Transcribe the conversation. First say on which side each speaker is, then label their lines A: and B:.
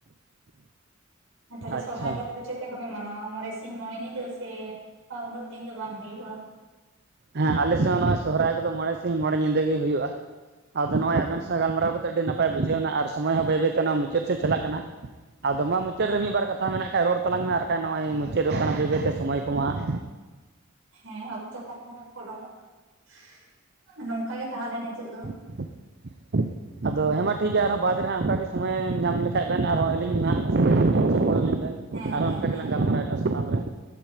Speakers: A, on the right; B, on the right.
A: ᱛᱟᱞᱦᱮ
B: ᱟᱪᱪᱷᱟ
A: ᱥᱚᱦᱨᱟᱭ ᱫᱚ <unintelligible> ᱪᱮᱫ ᱞᱮᱠᱟᱯᱮ ᱢᱟᱱᱟᱣᱟ ᱢᱚᱬᱮ ᱥᱤᱧ ᱢᱚᱬᱮ ᱧᱤᱫᱟᱹ ᱥᱮ ᱩᱱᱟᱹᱜ ᱫᱤᱱ ᱫᱚ ᱵᱟᱝ ᱦᱩᱭᱩᱜᱼᱟ
B: ᱦᱮᱸ ᱟᱞᱮᱥᱮᱫ <unintelligible> ᱥᱚᱦᱨᱟᱭ ᱠᱚᱫᱚ ᱢᱚᱬᱮ ᱥᱤᱧ ᱢᱚᱬᱮ ᱧᱤᱫᱟᱹ ᱜᱮ ᱦᱩᱭᱩᱜᱼᱟ᱾ ᱟᱫᱚ ᱱᱚᱜᱼᱚᱭ ᱟᱵᱮᱱ ᱥᱟᱶ ᱜᱟᱞᱢᱟᱨᱟᱣ ᱠᱟᱛᱮ ᱟᱹᱰᱤ ᱱᱟᱯᱟᱭ ᱵᱩᱡᱷᱟᱹᱣ ᱱᱟ ᱟᱨ ᱥᱚᱢᱚᱭ ᱦᱚᱸ ᱵᱟᱹᱭ ᱵᱟᱹᱭᱛᱮ ᱢᱩᱪᱟᱹᱫ ᱥᱮᱫ ᱪᱟᱞᱟᱜ ᱠᱟᱱᱟ᱾ ᱟᱫᱚ ᱢᱟ ᱢᱩᱪᱟᱹᱫ
A: ᱦᱮᱸ
B: ᱨᱮ ᱢᱤᱫ ᱵᱟᱨ ᱠᱟᱛᱷᱟ ᱢᱮᱱᱟᱜ ᱠᱷᱟᱱ ᱨᱚᱲ ᱛᱞᱟᱝ ᱢᱮ ᱟᱨ ᱵᱟᱠᱷᱟᱱ ᱱᱚᱜᱼᱚᱭ ᱢᱩᱪᱟᱹᱫᱚᱜ ᱠᱟᱱᱟ ᱵᱟᱹᱭᱼ ᱵᱟᱹᱭᱛᱮ ᱥᱚᱢᱚᱭ ᱠᱚᱢᱟ ᱦᱟᱜ
A: ᱦᱮᱸ ᱚᱠᱛᱚ ᱠᱚᱦᱚᱸ ᱯᱚᱞᱚᱢᱚᱜ <inaudible> ᱱᱚᱝᱠᱟ ᱜᱮ ᱛᱟᱦᱚᱞᱮ ᱱᱤᱛᱚᱜ ᱫᱚ
B: <inaudible> ᱟᱫᱚ ᱦᱮᱸ ᱢᱟ ᱴᱷᱤᱠ ᱜᱮᱭᱟ ᱟᱨᱦᱚᱸ ᱵᱟᱫᱽ ᱨᱮ ᱦᱟᱸᱜ ᱚᱱᱠᱟ ᱜᱮ ᱥᱚᱢᱚᱭᱮᱢ ᱧᱟᱢ ᱞᱮᱠᱷᱟᱱ ᱵᱮᱱ ᱟᱨᱦᱚᱸ ᱟᱹᱞᱤᱧ ᱦᱟᱸᱜ ᱢᱮᱥᱮᱡᱟᱞᱤᱧ ᱵᱮᱱ ᱪᱮᱫ <unintelligible>
A: ᱦᱮᱸ
B: ᱟᱨᱚ
A: ᱦᱮᱸ
B: ᱚᱱᱠᱟ
A: ᱦᱮᱸ
B: ᱜᱮᱞᱟᱝ ᱜᱟᱞᱢᱟᱨᱟᱣ
A: ᱦᱮᱸ
B: ᱮᱴᱟᱜ ᱥᱟᱛᱟᱢ ᱨᱮ